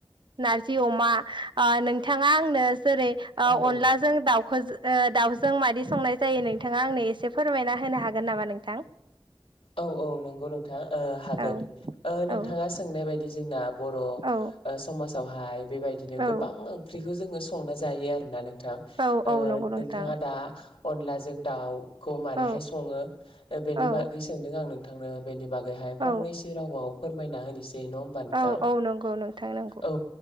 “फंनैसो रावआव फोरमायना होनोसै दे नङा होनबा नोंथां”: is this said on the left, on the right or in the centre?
Left